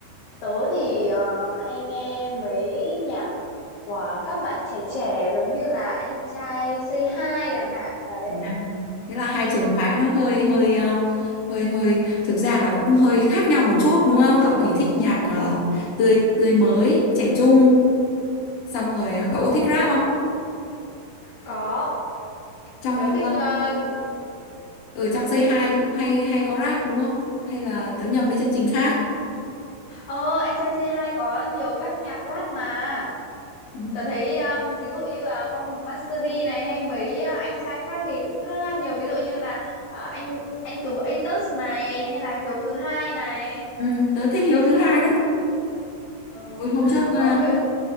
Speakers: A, on the left; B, on the left.
A: tớ thì ờ, hay nghe mấy nhạc của các bạn trẻ trẻ giống như là anh trai Say Hi chẳng hạn đấy.
B: à, thế là hai
A: Ừ,
B: trường phái nó hơi hơi ờ, hơi hơi thực ra là cũng hơi khác nhau một chút đúng không cậu thì thích nhạc ờ,
A: ừ,
B: tươi tươi mới trẻ trung xong
A: ừ.
B: rồi ờ, cậu có thích rap không
A: Có,
B: trong
A: tớ thích
B: ờ,
A: ờ,
B: ở trong Say Hi cũng hay hay có rap đúng không hay là tớ nhầm với chương trình khác
A: Ờ, anh trai C2 có nhiều các nhạc rap mà.
B: ừ,
A: Tớ thấy à, ví dụ như là Quang Hùng Master D này hay mấy à, anh trai khác thì cũng khá là nhiều ví dụ như là à, anh anh Tú Atos này hay là Hiếu thứ hai này.
B: Ừ, tớ thích Hiếu thứ hai
A: Ừ,
B: đấy
A: ừ.
B: Ôi, hôm trước ờ,
A: Ờ, Hiếu